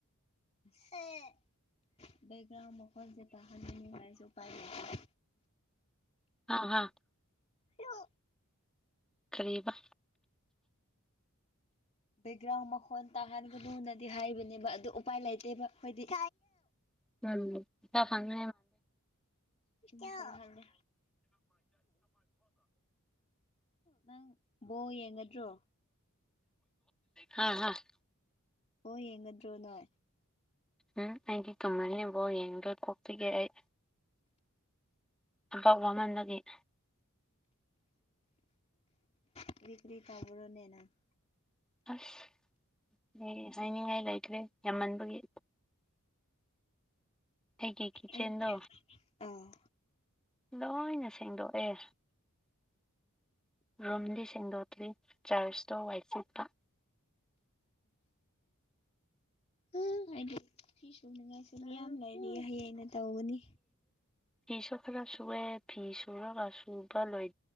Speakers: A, on the left; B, in the centre.
A: ꯍ ꯌꯦ ꯕꯦꯛꯒ꯭ꯔꯥꯎ ꯃꯈꯣꯜꯁꯦ ꯇꯍꯟꯒꯅꯨ ꯍꯥꯏꯔꯁꯨ ꯎꯄꯥꯏ ꯂꯩꯇꯦ
B: ꯑ ꯍ
A: ꯍꯣ꯫
B: ꯀꯔꯤꯕ꯫
A: ꯕꯦꯛꯒ꯭ꯔꯥꯎ ꯃꯈꯣꯟ ꯇꯥꯍꯟꯒꯅꯣꯅ꯫ ꯍꯥꯏꯕꯅꯦꯕ ꯑꯗꯨ ꯎꯄꯥꯏ ꯂꯩꯇꯦꯕ ꯑꯩꯈꯣꯏꯗꯤ꯫
B: ꯎꯝ <inaudible>
A: ꯇꯥꯍꯜꯂꯦ ꯅꯪ ꯕꯣꯜ ꯌꯦꯡꯒꯗ꯭ꯔꯣ꯫
B: ꯍꯥ ꯍꯥ ꯫
A: ꯕꯣꯜ ꯌꯦꯡꯒꯗ꯭ꯔꯣ ꯅꯣꯏ꯫
B: ꯎꯝ ꯈꯪꯗꯦ꯫ ꯇꯨꯝꯃꯅꯤ ꯕꯣꯜ ꯌꯦꯡꯕꯗꯣ ꯀꯣꯛ ꯆꯤꯛ ꯑꯦ ꯑꯩ ꯊꯕꯛ ꯋꯥꯃꯟꯕꯩ ꯑꯩ꯫
A: ꯀꯔꯤ-ꯀꯔꯤ ꯇꯕꯔꯣꯅꯣꯅꯦ ꯅꯪ ꯫
B: ꯑꯁ ꯑꯩ ꯍꯥꯏꯅꯤꯡꯉꯥꯏ ꯂꯩꯇ꯭ꯔꯦ ꯌꯥꯝꯃꯟꯕꯒꯤ꯫ ꯑꯩꯒꯤ ꯀꯤꯠꯆꯦꯟꯗꯣ
A: ꯑꯩ ꯑꯥ
B: ꯂꯣꯏꯅ ꯁꯦꯡꯗꯣꯛꯑꯦ ꯔꯨꯝꯗꯤ ꯁꯦꯡꯗꯣꯛ꯫ ꯑꯗꯨꯏ ꯆꯥꯔ꯭ꯁꯇꯣ ꯋꯥꯏ ꯁꯤꯠꯄ꯫
A: ꯎꯝ ꯑꯩꯗꯤ ꯐꯤ ꯁꯨꯅꯤꯡꯉꯥꯏꯁꯨ ꯃꯌꯥꯝ ꯂꯩꯥꯔꯤ ꯍꯌꯦꯡ ꯅ꯫ ꯇꯧꯒꯅꯤ꯫
B: ꯐꯤꯁꯨ ꯈꯔ ꯁꯨꯑꯦ ꯐꯤꯁꯨꯔꯒ ꯐꯤ ꯁꯨꯕ ꯂꯣꯏ꯫